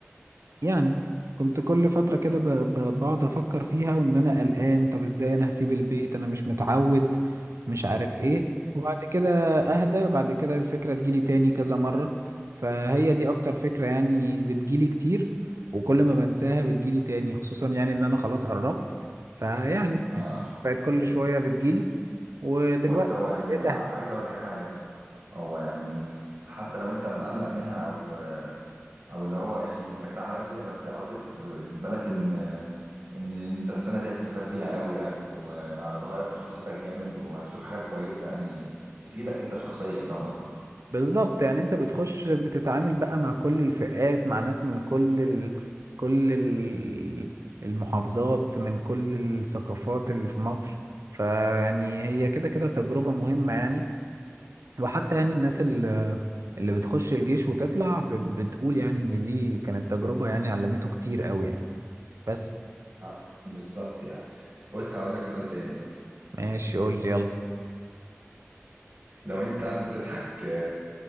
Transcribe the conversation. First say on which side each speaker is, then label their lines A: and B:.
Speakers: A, on the right; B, on the right.
A: يعني كنت كل فترة كده ب- ب- بقعد أفكر فيها وإن أنا قلقان طب إزاي أنا هسيب البيت أنا مش متعود مش عارف إيه وبعد كده أهدى بعد كده الفكرة تجيلي تاني كذا مرة فهي دي أكتر فكرة يعني بتجيلي كتير وكل ما بنساها بتجيلي تاني خصوصا يعني إن أنا خلاص قربت فيعني
B: اه
A: الفكرة بقت كل شوية بتجيلي ودلوقتي
B: بص هو يعني
A: بقيت
B: عايز اقول لك حاجه بس هو يعني حتى لو انت مقلق منها او او اللي هو يعني فكره عماله تجيلك بس حط في بالك ان ان انت السنه دي هتستفاد بيها قوي يعني وهتغير في شخصيتك جامد وهتشوف حاجات كويسه يعني تفيدك انت شخصيا فاهم قصدي
A: بالظبط يعني انت بتخش بتتعامل بقى مع كل الفئات مع ناس من كل ال... كل ال... المحافظات من كل الثقافات اللي في مصر فيعني هي كده كده تجربة مهمة يعني وحتى يعني الناس اللي, اللي بتخش الجيش وتطلع ب... بتقول يعني ان دي كانت تجربة يعني علمته كتير قوي يعني بس
B: آه، بالظبط يعني بص هقول لك سؤال تاني طب
A: ماشي قول لي يلا
B: لو انت بتضحك